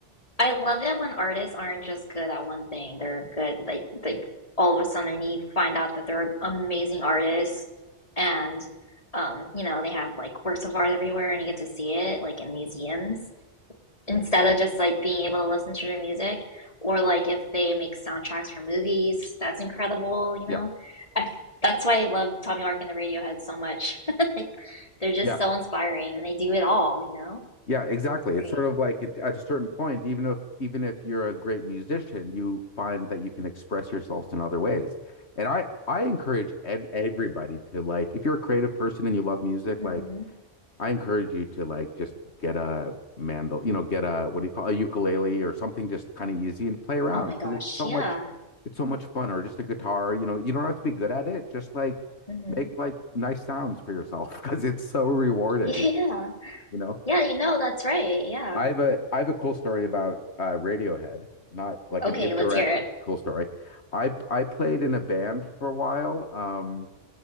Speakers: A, on the left (about 35°); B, on the left (about 80°).
A: I love it when artists aren't just good at one thing. They're good, like, like all of a sudden you find out that they're amazing artists and, um, you know, they have like works of art everywhere and you get to see it like in museums. instead of just like being able to listen to their music or like if they make soundtracks for movies that's incredible you know
B: Yeah,
A: I that's why I love Tom York and the Radiohead so much <laughs> like they're
B: yeah,
A: just so inspiring and they do it all you know
B: yeah, exactly.
A: it's great
B: It's sort of like it, at a certain point, even if even if you're a great musician, you find that you can express yourselves in other ways. And I I encourage ev- everybody to like, if you're a creative person and you love music,
A: hmm
B: like I encourage you to like just get a mandol, you know, get a what do you call a ukulele or something just kind of easy and play around
A: oh my
B: because
A: gosh
B: it's so
A: yeah
B: much it's so much fun or just a guitar, you know, you don't have to be good at it, just like
A: hmm
B: make like nice sounds for yourself <laughs> because it's so rewarding.
A: <laughs> yeah
B: It's really, you know.
A: yeah you know that's right yeah
B: I have a I have a cool story about uh Radiohead, not like
A: okay
B: an indirect
A: let's hear it
B: cool story. I I played in a band for a while. Um